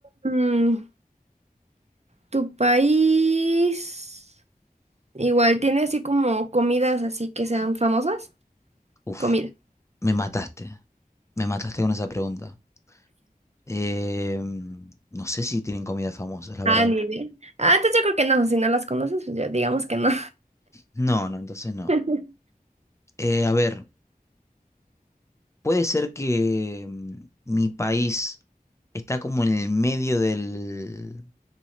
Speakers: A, on the right; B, on the left.
A: Mm, tu país. Igual, ¿tiene así como comidas así que sean famosas?
B: Uf,
A: Comida.
B: me mataste. Me mataste con esa pregunta. Eh, no sé si tienen comidas famosas, la
A: Ah,
B: verdad.
A: ni idea. Ah, entonces yo creo que no, si no las conoces, pues ya digamos que no.
B: No, no, entonces no.
A: <laughs>
B: Eh, a ver, puede ser que mm, mi país está como en el medio del,